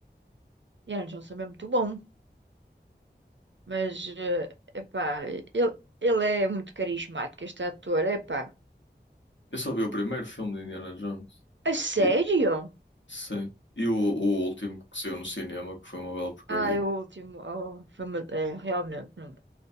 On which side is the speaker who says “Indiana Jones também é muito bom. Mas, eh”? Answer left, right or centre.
Right